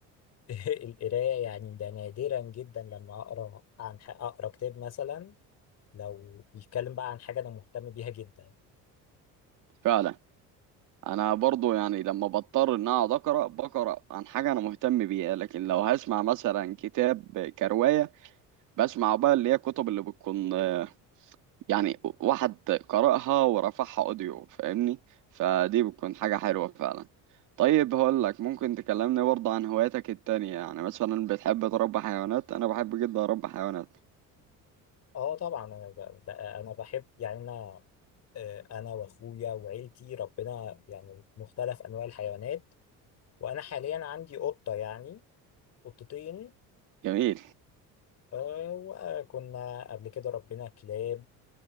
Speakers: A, on the left; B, on the right.
A: <laughs> القراية يعني ده نادرا جدا لما أقرأ عن ح- أقرأ كتاب مثلا لو بيتكلم بقى عن حاجة أنا مهتم بيها جدا
B: فعلا انا برضو يعني لما بضطر ان اقعد اقرا بقرا عن حاجه انا مهتم بيها لكن لو هسمع مثلا كتاب كروايه بسمع بقى اللي هي كتب اللي بتكون آه، يعني واحد قرأها ورفعها اوديو فاهمني فدي بتكون حاجه حلوه فعلا طيب هقول لك ممكن تكلمني برضه عن هواياتك التانية يعني مثلا بتحب تربي حيوانات انا بحب جدا اربي حيوانات
A: أه طبعا أنا ب... ب- أنا بحب يعني أنا آه، أنا وأخويا وعيلتي ربنا يعني مختلف أنواع الحيوانات وأنا حاليا عندي قطة يعني قطتين
B: جميل
A: آه، وكنا قبل كده ربنا كلاب